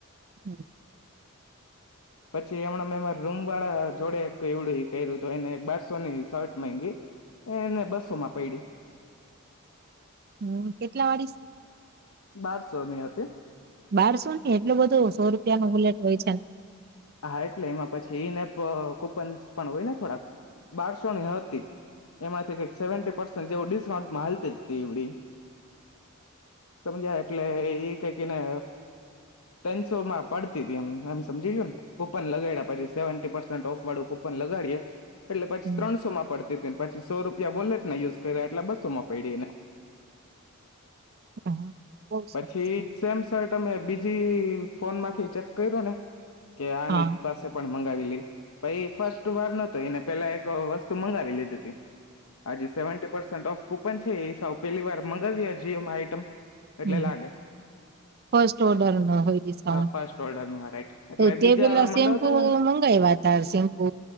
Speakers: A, on the right (about 45°); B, on the left (about 75°).
A: હમ
B: પછી હમણાં મે રૂમ વાળા જોડે એક એવડું કર્યું તો એને બારસોની શર્ટ ગવી એને બસો માં પૈડી
A: હમ કેટલા વાળીશ
B: બારસો ની હતી
A: બારસો ની એટલું બધું સો રૂપિયા ન બુલેટ હોય છે
B: હા એટલે એમાં પછી નેપ કુપન પણ હોય ને થોડાક બારસોની હતી એમાંથી કઈક સેવન્ટ પસ જેવ ડિસ્કાઉન્ટમાં હાલતી જ એડી સમજ્યા એટલે એ કઈક એને તનસોમાં પડતી હતી એમ એમ સમજી ગય ને કુપન લગા્યા પછી સેવી પસેન્ટ ઓફ વાળું કુપન લગાડીએ એટલે પછી
A: હમ.
B: ત્રણસો માં પડતી હતીને પછી સો રૂપિયા વોલેટ ના યુઝ કર્યા એટલે બસોમાં પડીને
A: હા બહુ સરસ
B: પછી
A: કામ
B: સેમસટ અમે બીજ બીજી ફોન માંથી ચેક કર્યો ને કે આ
A: હા
B: ની પાસે પણ મંગાવી લી પ ફર્સ્ટ વાર નતો એને પેલા એક વસ્તુ મંગાવી લીધી હતી હા સેવન્ટટીસેન્ટ ઓફ કુંપન છે એ સા પેલી વાર મગાવ જમ આઈટમ એટલે
A: હમ હમ.
B: લાગે
A: ફર્સ્ટ ઓર્ડર નો હોય ડિસ્કાઉન્ટ
B: હા ફસ્ટ ઓર્ડર નું આ રાઈટ એટલે
A: તો તે
B: બીજા
A: પેલા શેમ્પુ
B: મંગાવતા હતા
A: મંગાવ્યા હતા શેમ્પુ